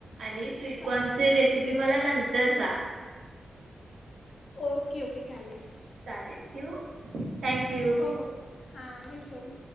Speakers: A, on the right (about 80°); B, on the left (about 50°).
A: आणि स्वीटकॉनचे
B: खा
A: रेसिपी ते मला नंतर तर सांग.
B: ओके ओके चालेल.
A: चालेल ठेऊ. Thank you.
B: हो हो हां वेलकम.